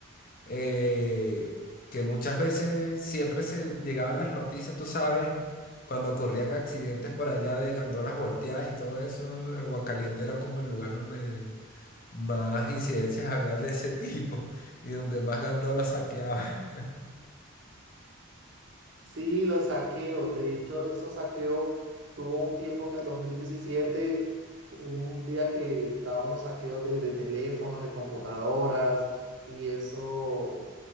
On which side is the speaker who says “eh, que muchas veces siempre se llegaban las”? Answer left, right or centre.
Left